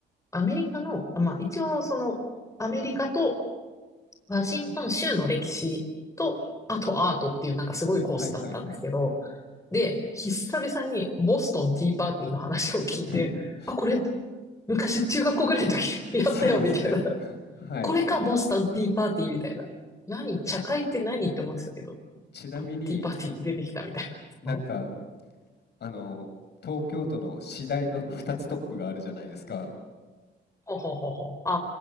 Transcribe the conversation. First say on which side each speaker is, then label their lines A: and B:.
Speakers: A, on the left; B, on the left.
A: アメリカの、あ、まあ、一応、その、アメリカとワシントン州の歴史と、あとアートっていう、なんかすごいコースだったんですけど、
B: はいはい。
A: で、久々にボストンティーパーティーの話を聞いて、
B: <laughs>
A: あ、これ、昔中学校ぐらいの時 <laughs> やったよ、
B: そうですね。
A: みたいな。
B: はい。
A: これか、ボストンティーパーティーみたいな。何、茶会って何って思ってたけど、
B: ちなみに
A: あ、ティーパーティー出てきたみたいな。
B: なんか
A: <laughs>
B: あの、東京都の私大の2つトップがあるじゃないですか。
A: ほうほうほうほう。あ